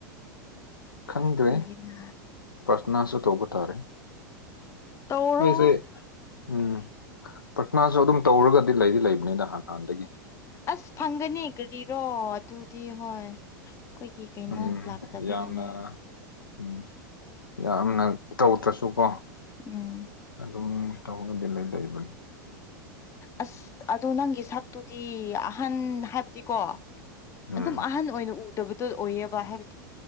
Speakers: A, on the left; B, on the left.
A: ꯈꯪꯗ꯭ꯔꯦꯍꯦ
B: ꯑꯗꯨꯒꯤꯅ
A: ꯄ꯭ꯔꯁꯅꯥꯁꯨ ꯇꯧꯕ ꯇꯥꯔꯦ
B: ꯇꯧꯔꯣ
A: ꯑꯩꯁꯦ ꯎꯝ ꯄ꯭ꯔꯊꯅꯥꯖꯨ ꯑꯗꯨꯝ ꯇꯧꯔꯒꯗꯤ ꯂꯩꯗꯤ ꯂꯩꯕꯅꯤꯗ ꯍꯥꯟ ꯍꯥꯟꯅꯗꯒꯤ
B: ꯑꯁ ꯐꯪꯒꯅꯤ ꯀꯔꯥꯔꯤꯔꯣ ꯑꯗꯨꯗꯤ ꯍꯣꯏ ꯈꯣꯏꯒꯤ ꯀꯩꯅꯣ
A: ꯎꯝ
B: ꯂꯥꯛꯇꯕꯒꯤꯅꯦ
A: ꯌꯥꯝꯅ ꯎꯝ ꯌꯥꯝꯅ ꯇꯧꯗ꯭ꯔꯁꯨꯀꯣ
B: ꯎꯝ
A: ꯑꯗꯨꯝ ꯇꯧꯒꯗꯤ ꯂꯩ ꯂꯩꯕꯅꯤ
B: ꯑꯁ ꯑꯗꯣ ꯅꯪꯒꯤ ꯁꯛꯇꯨꯗꯤ ꯑꯍꯟ ꯍꯥꯏꯕꯗꯤꯀꯣ
A: ꯎꯝ
B: ꯑꯗꯨꯝ ꯑꯍꯟ ꯑꯣꯏꯅ ꯎꯗꯕꯗꯣ ꯑꯣꯏꯌꯦꯕ ꯍꯥꯏꯕꯗꯤ